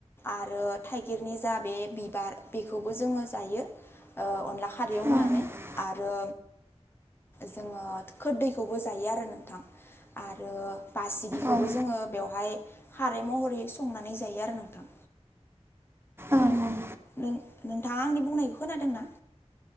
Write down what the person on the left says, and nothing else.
आरो आरो थाइगिरनि जा बे बा बेखौबो जोङो जायो ओ अनला खारैयाव
होनानै आरो जोङो खोदैखौबो जायो आरो नोंथां आरो बासिगिखौबो
जोङो बेवहाय खारै महरै संनानै जायो आरो नोंथां।
नों नोंथाङा आंनि बुंनायखौ खोनादोंना?